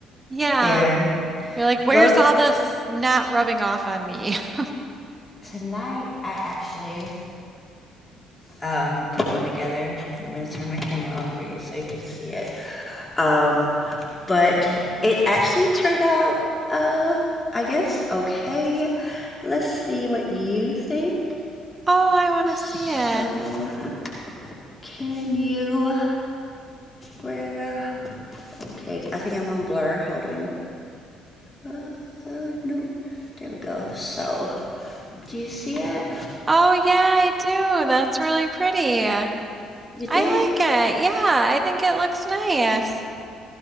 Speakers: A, on the right; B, on the left.
A: yeah.
B: And
A: You're like, where's
B: well,
A: all this not rubbing off on me? <laughs>
B: tonight I actually um, put one together and I'm going to turn my camera on for you so you can see it. Um, but it actually turned out, uh, I guess, okay. Let's see what you think.
A: Oh, I want
B: So,
A: to see it.
B: can you, where, okay, I think I'm on blur. Hold on. Uh, uh, no, there we go. So, do you see it?
A: Oh, yeah, I do. That's really pretty. I
B: You think?
A: like it. Yeah, I think it looks nice.